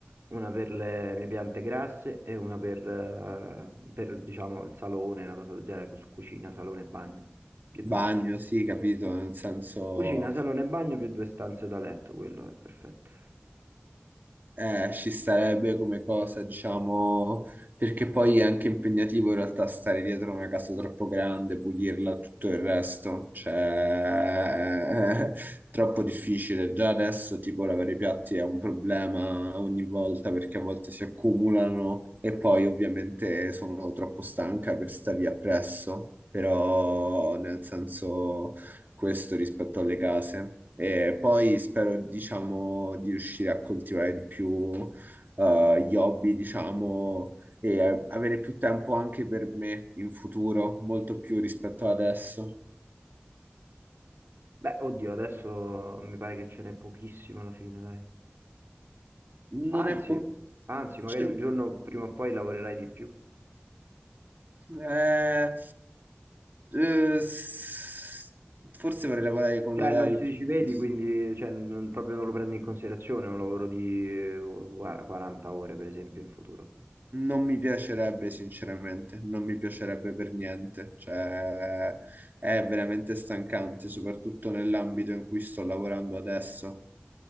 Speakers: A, on the right; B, on the right.
A: una per le mie piante grasse e una per, eh, per, diciamo il salone, una cosa del genere, su cucina, salone e bagno, più due
B: Bagno,
A: stanze.
B: sì, capito, nel senso
A: Cucina, salone e bagno più due stanze da letto, quello è perfetto.
B: eh, ci starebbe come cosa, diciamo, perché poi è anche impegnativo in realtà stare dietro una casa troppo grande, pulirla, tutto il resto, cioè <laughs> è troppo difficile. Già adesso tipo lavare i piatti è un problema ogni volta perché a volte si accumulano e poi ovviamente sono troppo stanca per stare lì appresso, però nel senso... questo rispetto alle case. E poi spero, diciamo, di riuscire a coltivare di più eh, gli hobby, diciamo, e eh, avere più tempo anche per me in futuro, molto più rispetto ad adesso.
A: Beh, oddio, adesso mi pare che ce n'è pochissimo alla fine, dai.
B: Non
A: Anzi,
B: è po-
A: anzi, magari
B: cioè,
A: un giorno prima o poi lavorerai di più.
B: eh, eh, s- forse vorrei lavorare con
A: Cioè,
B: orari
A: non ci
B: più
A: ci vedi,
B: fissi.
A: quindi cioè, non- proprio non lo prendi in considerazione un lavoro di eh, guarda, 40 ore, per esempio, in futuro.
B: Non mi piacerebbe, sinceramente, non mi piacerebbe per niente. Cioè, è veramente stancante, soprattutto nell'ambito in cui sto lavorando adesso,